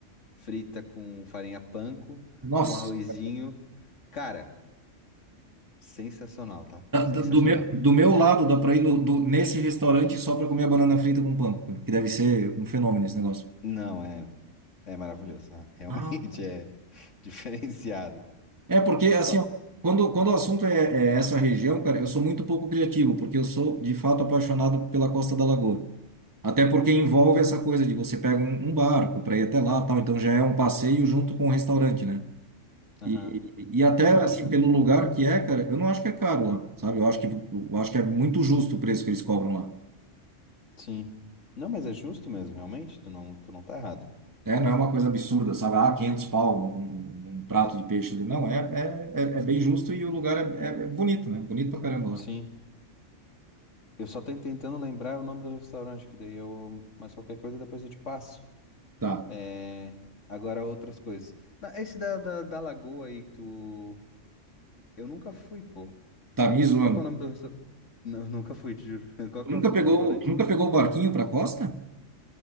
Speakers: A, on the left; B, on the right.
A: frita com farinha panko,
B: Nossa,
A: um arrozinho. Cara. Sensacional, tá?
B: da-
A: Sensacional.
B: do, do meu, do meu lado dá pra ir no, do, nesse restaurante só pra comer a banana frita com pão, cara, que deve ser um fenômeno esse negócio.
A: Não, é, é maravilhoso. tá? Realmente
B: Ah.
A: é <laughs> diferenciado.
B: É porque,
A: Só...
B: assim, ó, quando, quando o assunto é, é essa região, cara, eu sou muito pouco criativo, porque eu sou, de fato, apaixonado pela Costa da Lagoa. Até porque envolve essa coisa de você pega um, um barco para ir até lá, tal, então já é um passeio junto com o restaurante, né?
A: Aham.
B: E, e até
A: Não, é
B: assim
A: justo,
B: pelo lugar
A: pô.
B: que é, cara, eu não acho que é caro lá, sabe? Eu acho que eu acho que é muito justo o preço que eles cobram lá.
A: Sim. Não, mas é justo mesmo, realmente. Tu não, tu não tá errado.
B: É, não é uma coisa absurda, sabe? Ah, 500 pau um, um um prato de peixe ali. Não, é, é, é, é bem justo e o lugar é, é, é bonito, né? Bonito pra caramba lá.
A: Sim. Eu só tô tentando lembrar o nome do restaurante, que daí eu. Mas qualquer coisa depois eu te passo.
B: Tá,
A: É. Agora outras coisas. Não, esse da, da, da Lagoa aí, que tu. Eu nunca fui, pô.
B: tá me zoando.
A: Qual que é o nome do restaurante? Nunca fui, te juro. <laughs> Qual
B: Tu
A: que
B: nunca
A: é o nome
B: pegou,
A: do restaurante?
B: tu nunca pegou o barquinho pra costa?